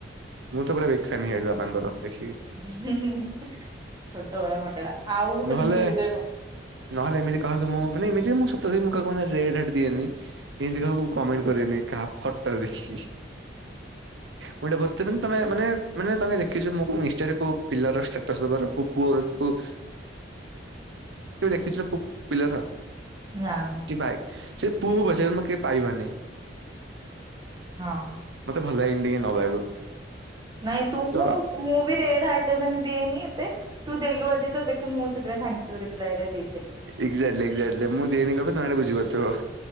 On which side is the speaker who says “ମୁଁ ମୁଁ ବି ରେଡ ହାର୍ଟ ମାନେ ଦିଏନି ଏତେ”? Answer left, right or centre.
Right